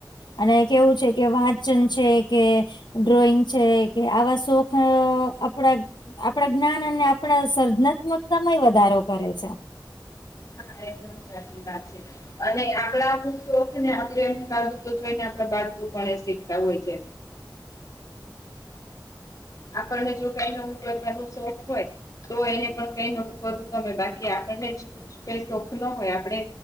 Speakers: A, on the left; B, on the left.
A: અને કેવું છે કે વાચન છે કે ડ્રોઈંગ છે કે આવા શોખ આપડા આપણા જ્ઞાન અને આપડ સર્જનાત્મકતામાં વધારો કરે છે.
B: હા એકદમ સાચી વાત છે અને આપણા આપ શોખને આપ એમ કરુ તો જોઈને આપ બાળકો પણ શીખતા હોય છે. આપણને જો કઈ નવું કરવાનો શોખ હોય તો એને પણ કઈ નવું કરવું ગમે બાકી આપણને જ કઈ શોખ ન હોય આપડે